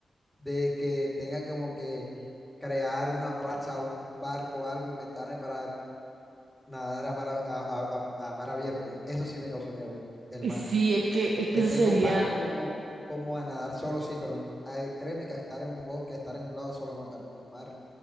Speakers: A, in the centre; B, on the right.
A: de que tenga como que crear una balsa, un barco, algo, inventarme para nadar a mar, a a- a- a mar abierto. Eso sí me causa miedo, el
B: Y
A: mar.
B: Sí, es que, es
A: Le
B: que eso
A: tengo
B: sería,
A: pánico como, como a nadar solo, sí, pero ay, créeme que a estar en un bosque, a estar en un lado solo no, pero en el mar,